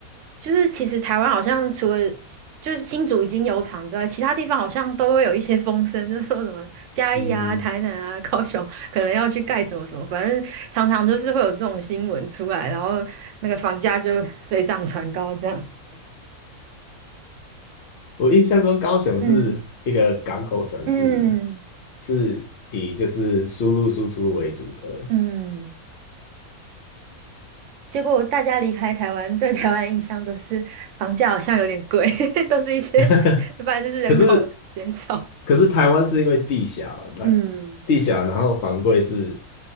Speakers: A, on the right; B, on the left.
A: 就是其实台湾好像除了就是新竹已经有厂之外，其他地方好像都会有一些风声，就说什么嘉义啊、
B: 嗯，
A: 台南啊、高雄可能要去盖什么什么，反正常常就是会有这种新闻出来，然后那个房价就水涨船高这样。
B: 我印象中高雄是一个港口城市，
A: 嗯嗯
B: 是以就是输入输出为主的。
A: 嗯。结果大家离开台湾，对台湾印象都是房价好像有点贵，<laughs> 都是一些，
B: <laughs>
A: 反正就是人口减少。
B: 可是可是台湾是因为地小，那
A: 嗯
B: 地小，然后房贵是